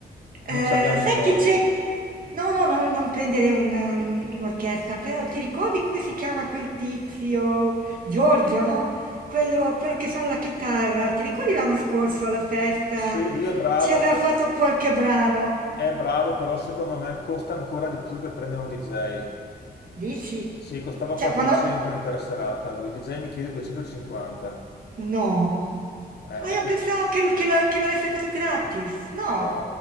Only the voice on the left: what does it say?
Non ci abbiamo
i soldi.
Se lui è bravo,
pe-
è bravo, però secondo me costa ancora di più che prendere un DJ.
Sì, costava
400
l'intera serata, lui il DJ mi chiede 250.
Eh,
è quest-
No,